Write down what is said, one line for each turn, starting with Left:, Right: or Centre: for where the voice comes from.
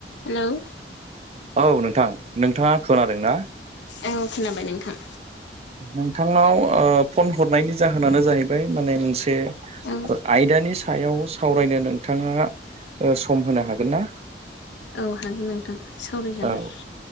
Left: Hello
Right: औ नोंथां नोंथाङा खोनादों ना
Left: ओ खोनाबाय नोंथां
Right: नोंथांनाव ओ फन हरनायनि जाहोनानो जाहैबाय माने मोनसे
Left: औ
Right: आयदानि सायाव सावरायनो नोंथाङा ओ सम होनो हागोन ना?
Left: औ हागोन नोंथां सावरायजागोन
Right: औ